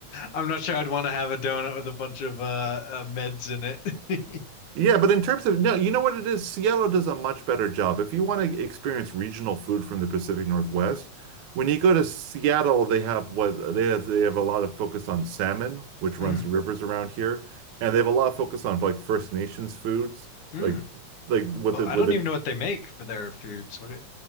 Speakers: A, on the left; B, on the right.
A: I'm not sure I'd want to have a donut with a bunch of uh, uh meds in it. <laughs>
B: Yeah, but in terms of no, you know what it is? Seattle does a much better job. If you want to experience regional food from the Pacific Northwest, when you go to Seattle, they have what they have they have a lot of focus on salmon, which runs
A: Mm,
B: the rivers around here, and they have a lot of focus on like First Nations foods,
A: mm.
B: like like what
A: Well,
B: the
A: I
B: what
A: don't
B: the
A: even know what they make for their foods. What it,